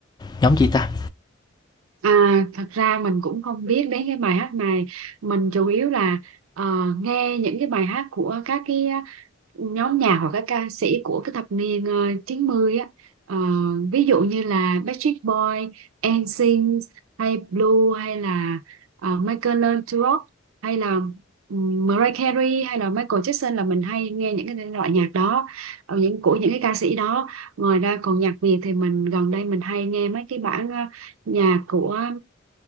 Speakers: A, on the left; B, on the right.
A: nhóm chi ta?
B: À, thật ra mình cũng không biết đến cái bài hát này mình chủ yếu là ờ, nghe những cái bài hát của các cái ờ, nhóm nhạc hoặc các ca sĩ của cái thập niên ờ, 90 á Ờ, ví dụ như là Backstreet Boy, NSYNC hay Blue hay là ờ, Michael Learns to Rock hay là ừm, Mariah Carey hay là Michael Jackson là mình hay nghe những cái loại nhạc đó ờ, những của những cái ca sĩ đó ngoài ra còn nhạc Việt thì mình gần đây mình hay nghe mấy cái bản ờ, nhà của